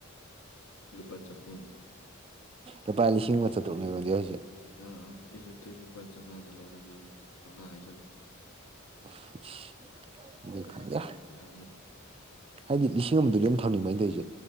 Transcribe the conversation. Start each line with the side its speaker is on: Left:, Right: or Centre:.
Left: ꯂꯨꯄꯥ ꯆꯍꯨꯝ
Right: ꯑꯣ ꯄꯥꯏ ꯂꯤ
Left: ꯀꯩꯒꯤ
Right: ꯁꯤꯁꯤꯡ ꯃ ꯆ ꯇꯅꯤꯕꯗꯤꯁꯦ
Left: ꯑꯥ ꯑꯥ ꯑꯩ ꯁꯠꯇꯨꯣꯏ ꯂꯨꯄꯥ ꯆꯥꯝꯃꯉꯥꯗ ꯂꯧꯔꯒꯦ ꯆꯥꯝꯃꯉꯥ ꯍꯥꯏꯖꯜꯂꯣ
Right: <inaudible> ꯑꯗꯨ
Left: ꯆꯪꯉꯥ
Right: ꯈꯪꯗꯦ
Left: ꯍꯥꯏ ꯌꯥꯅꯤꯅ
Right: ꯍꯥꯏꯗꯤ ꯂꯤꯁꯤꯡ ꯑꯃꯗꯨꯗꯤ ꯌꯥꯝ ꯊꯝꯅꯤꯡꯕꯥꯏꯩꯅ ꯇꯧ ꯑꯩꯁꯦ